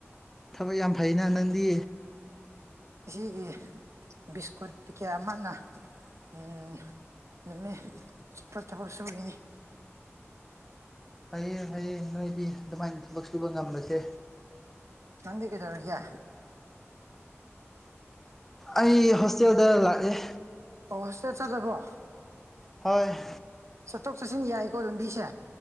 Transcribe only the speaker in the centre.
ꯊꯕꯛ ꯌꯥꯝ ꯐꯩꯅ ꯅꯪꯗꯤ
ꯐꯩꯌꯦ ꯐꯩꯌꯦ ꯅꯣꯏꯗꯤ ꯑꯗꯨꯃꯥꯏꯅ ꯊꯕꯛ ꯁꯨꯕ ꯉꯝꯕꯁꯦ
ꯑꯩ ꯍꯣꯁꯇꯦꯜꯗ ꯂꯥꯛꯑꯦ
ꯍꯥꯏ